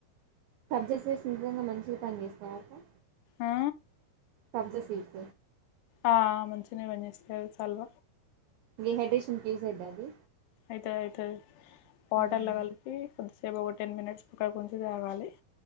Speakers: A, on the right; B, on the left.
A: సబ్జా సీడ్స్ నిజంగా మంచిగా పని చేస్తాయా అక్క
B: ఆ
A: సబ్జా సీడ్స్
B: ఆ మంచిగనే పని చేస్తాయి చలువ
A: ఇ డిహైడ్రేషన్ కి యూస్ అయిద్ద అది
B: అయితది అయితది వాటర్ల
A: మ్మ్.
B: కలిపి కొద్ది కొ రేపు ఒక టెన్ మినిట్స్ పక్కకు ఉంచి తాగాలి